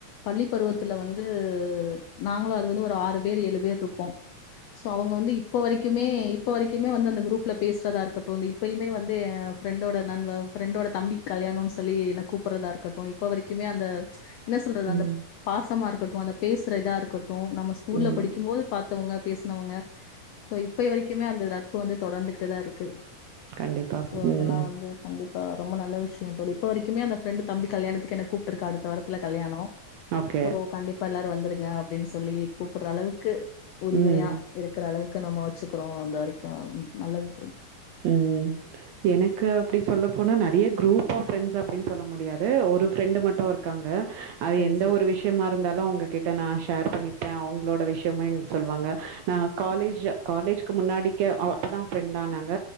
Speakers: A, on the left; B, on the right.
A: பள்ளி பருவத்துல வந்து நாங்களு அது வந்து ஒரு ஆறு பேர் ஏழு பேர் போ சோஅவுங்க வந்து இப்ப வரைக்குமே இப்ப வரைக்குமே வந்து அந்த குரூப்ல பேசுறதாருக்கட்டு த இப்பயுமே வந்து ஃப்ரெண்டோட நண்ப ஃப்ரெண்டோட தம்பிக்கு கல்யாணொன் சொல்லி என்ன கூப்பறதாருக்கட்டு இப்ப வரைக்குமே அந்த என்ன சொல்றது அந்த
B: ம்
A: பாசமாருக்கட்டு அந்த பேசுற இதா இருக்கட்டு நம்ம ஸ்கூல்ல
B: ம்
A: படிக்கும்போது பா த்தவங்க பேசுனவங்க சோ இப்பய வரைக்குமே அந்த நட்பு வந்து தொடந்துகிட்டுதா இருக்கு
B: கண்டிப்பா
A: சோ,
B: உம்
A: அதெல்லாம்
B: உம்
A: வந்து கண்டிப்பா ரொம்ப நல்ல விஷ்யொ தோழி இப்ப வரக்குமே அந்த ஃப்ரெண்டு தம்பி கல்யாணத்துக்கு என்ன கூப்ட்டுருக்கா அடுத்த வாரத்துல கல்யாணொ
B: ஓகே
A: போ கண்டிப்பா எல்லாரு வந்துருங்க அப்டின் சொல்லி கூப்புட்றளவுக்கு உரிமையா
B: ம்
A: இருக்குறளவு கு நம்ம வச்சுக்றோ அந்த வரைக்கூ நல்லது தோ
B: ம். எனக்கு அப்டி சொல்லப்போனா நெறைய குரூப் ஆஃப் ஃப்ரெண்ட்ஸ் அப்டின் சொல்ல முடியாது ஒரு ஃப்ரெண்டு மட்டூ இருக்காங்க அது
A: சரி
B: எந்த ஒரு விஷ்யமாருந்தாலூ வுங்க கிட்ட நா ஷேர் பண்ணிப்பே அவுங்களோட விஷ்யமே எங் சொல்வாங்க நா
A: சரி
B: காலேஜ காலேஜ் கு முன்னாடிக்க அவ அப்பதா ஃப்ரெண்டானாங்க